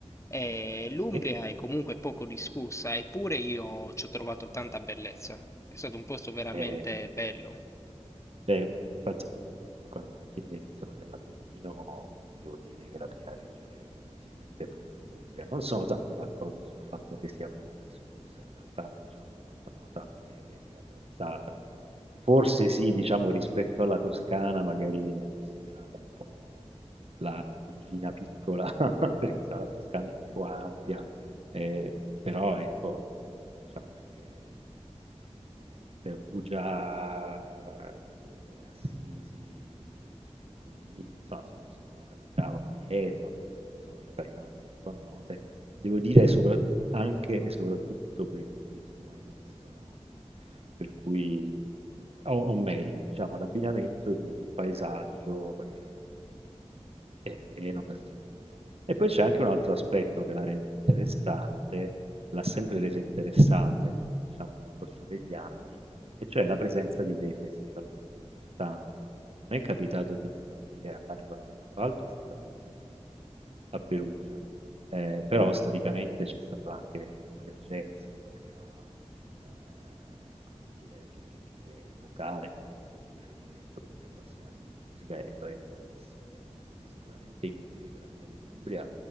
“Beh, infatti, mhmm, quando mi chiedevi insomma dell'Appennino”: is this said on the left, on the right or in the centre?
Right